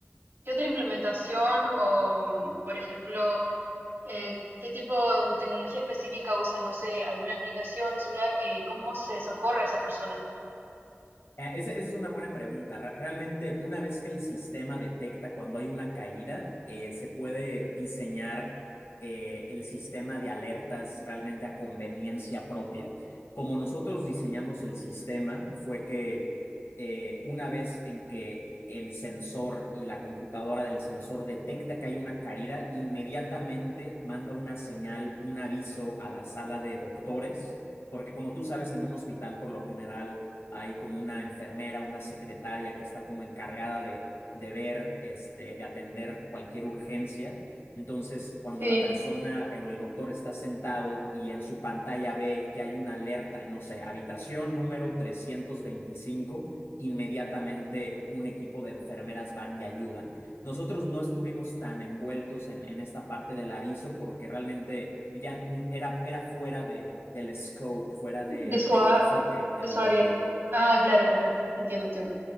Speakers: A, on the right; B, on the left.
A: qué otra implementación o, mm, por ejemplo, eh, qué tipo de tecnología específica usan? No sé, alguna aplicación, un celular, eh, ¿cómo se socorre a esa persona?
B: Eh, Esa, esa es una buena pregunta. Re- Realmente, una vez que el sistema detecta cuando hay una caída, eh, se puede diseñar eh, el sistema de alertas realmente a conveniencia propia. Como nosotros diseñamos el sistema, fue que eh, una vez en que el sensor y la computadora del sensor detecta que hay una caída, inmediatamente manda una señal, un aviso a la sala de doctores, porque como tú sabes, en un hospital por lo general hay como una enfermera, una secretaria que está como encargada de, de ver, este, de atender cualquier urgencia. Entonces, cuando
A: Sí,
B: la persona eh, o el doctor está sentado y en su pantalla ve que hay una alerta, no sé, habitación número 325, inmediatamente un equipo de enfermeras van y ayudan. Nosotros no estuvimos tan envueltos en, en esta parte del aviso porque realmente ya n- era, era fuera de, del scope, fuera
A: de
B: de,
A: su,
B: del
A: a-
B: enfoque del
A: de su
B: proyecto.
A: área. Ah, claro, claro, entiendo, entiendo.